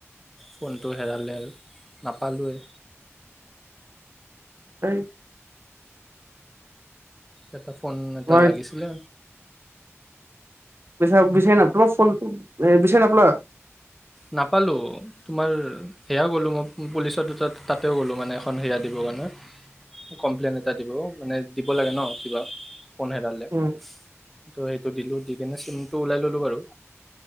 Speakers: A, in the centre; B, on the right (about 55°).
A: ফোনটো হেৰালে আৰু। নাপালোঁৱে।
B: এই
A: এটা ফোন এটা
B: তোমাৰ
A: লাগিছিলে
B: পিছে বিচাৰি নাপালা ফোনত বিচাৰি নাপলা।
A: নাপালোঁ। তোমাৰ সেয়া গ'লোঁ মই পুলিচত দুটা তাতেও গ'লোঁ মানে এখন সেয়া দিব কাৰণে কমপ্লেইন এটা দিব মানে দিব লাগে ন কিবা। ফোন হেৰালে
B: উম
A: টো এইটো দিলোঁ দি চিমটো ওলাই ললো বাৰু